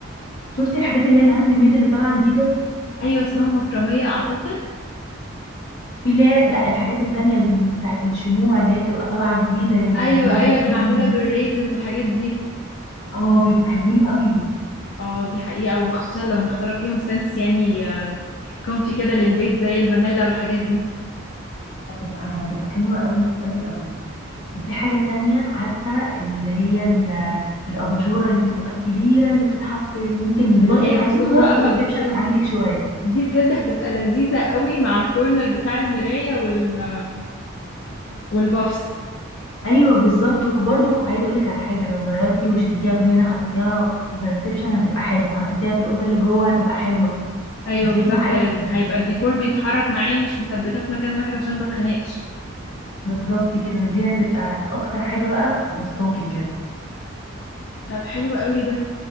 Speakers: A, on the left; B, on the left.
A: شفتي الحاجات اللي هي الهاند ميد اللي طالعه جديده
B: ايوه اسمها مكرميه اعتقد
A: في اللي هي لا الحاجات التانية اللي بتاعت الشموع اللي هي بتبقى طالعه جديده بيعملوها
B: ايوه ايوه
A: بايديهم
B: اللي معموله بالريزن والحاجات دي
A: اه بيبقوا حلوين قوي
B: اه دي حقيقه وخصوصا لو مختاره فيهم سنس يعني آه، كومفي كده للبيت زي الفانيلا والحاجات دي
A: هتبقى هتبقى حلوة قوي قوي قوي وفي حاجة تانية عارفة اللي هي ال- الأباجورة اللي بتبقى الكبيرة اللي بتتحط ممكن
B: اللي
A: برضو
B: هي
A: عايزين
B: بتكون
A: نغير
B: واقفه
A: في الريسبشن
B: بالطول
A: عندك
B: دي
A: شوية
B: دي بجد هتبقى لذيذة قوي مع الكورنر بتاع المراية وال... والبافس
A: أيوة بالظبط وبرضو عايزة أقولك على حاجة لو غيرتي وشلتيها من هنا حطيتيها في الريسبشن هتبقى حلوة حطيتيها في الأوضة اللي جوه هتبقى حلوة
B: ايوه
A: هتليق
B: بالظبط
A: مع أي
B: هيبقى
A: حاجة
B: الديكور بيتحرك معايا مش مثبتة في مكان واحد عشان ما اتخنقش
A: بالظبط كده دي هتبقى أكتر حاجة بقى بسطاكي بجد
B: طب حلو قوي ده